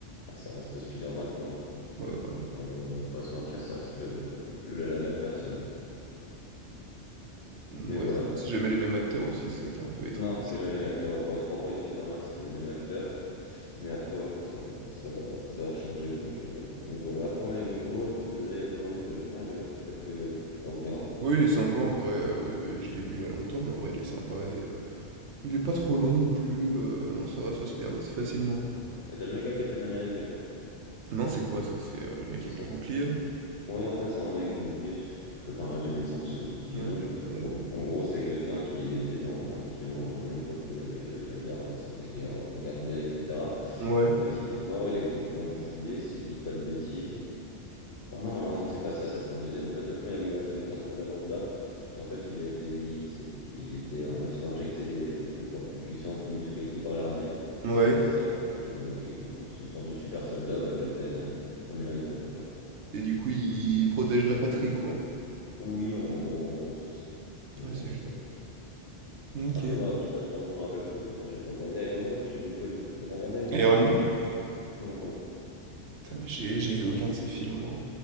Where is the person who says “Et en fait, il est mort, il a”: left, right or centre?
Left